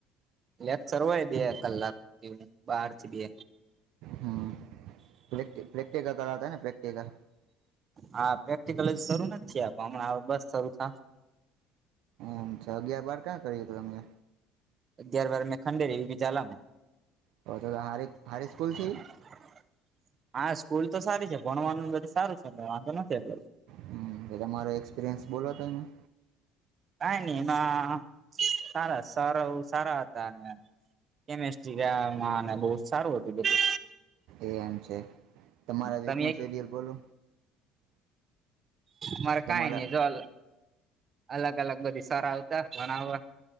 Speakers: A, on the right; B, on the right.
A: લેક્ચર હોય બે કલાક બાર થી બે
B: હમ પ્ર પ્રેક્ટિકલ કરાતા ને પ્રેક્ટિકલ
A: હા પ્રેક્ટિકલ શરૂ નથી આપ હમણાં બસ શરૂ થ
B: અચ્છા અગિયાર બાર ક્યાં કરી્યો તો તમે
A: અગિયાર બાર મેં ખંડે રી વી ચાલા
B: તો તો હારી
A: <inaudible>
B: હારી સ્કૂલ છે
A: હા સ્કૂલ તો સારી છે ભણવાનું બધું સારું છે ને વાંધો નથી એટ
B: હમ તમારો એક્સપિરિયન્સ બોલો ત અયા
A: કઈ નઈ એમાં સારા સર સારા હતા કેમેસ્ટ્રીને બહ સારું હતું બધું
B: એ એમ છે તમારા વીક
A: તમે
B: નું
A: એક
B: શેડ્યુલ બોલો
A: મારે
B: તમારા
A: કઈ નહી જો અ અલગ લગ બધી સર આવતા ભણવવા